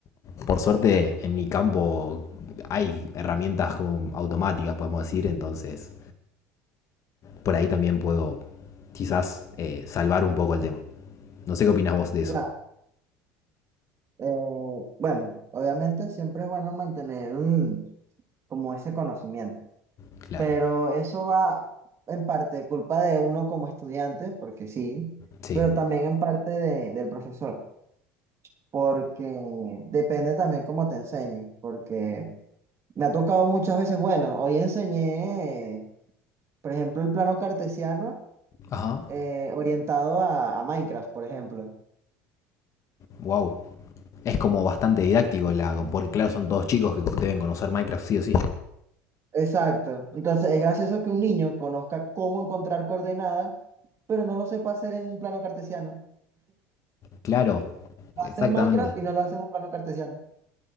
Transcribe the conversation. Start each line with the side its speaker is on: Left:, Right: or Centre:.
Left: Por suerte en mi campo hay herramientas como automáticas, podemos decir, entonces por ahí también puedo quizás eh, salvar un poco el tema. No sé qué opinás vos de eso.
Right: Claro, eh, bueno, obviamente siempre es bueno mantener mm, como ese conocimiento.
Left: Claro.
Right: pero eso va en parte culpa de uno como estudiante, porque sí,
Left: Sí.
Right: pero también en parte de- del profesor, porque depende también cómo te enseñen, porque me ha tocado muchas veces, bueno, hoy enseñé, por ejemplo, el plano cartesiano
Left: Ajá.
Right: eh, orientado a, a Minecraft, por ejemplo.
Left: Wow. Es como bastante didáctico, la, porque claro, son todos chicos que deben conocer Minecraft sí o sí.
Right: Exacto. Entonces es gracioso que un niño conozca cómo encontrar coordenadas, pero no lo sepa hacer en un plano cartesiano.
Left: Claro,
Right: Lo
Left: exactamente.
Right: hace en Minecraft y no lo hace en un plano cartesiano.